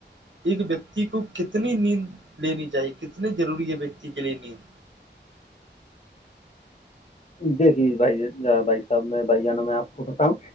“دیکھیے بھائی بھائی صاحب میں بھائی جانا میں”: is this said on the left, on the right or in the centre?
Left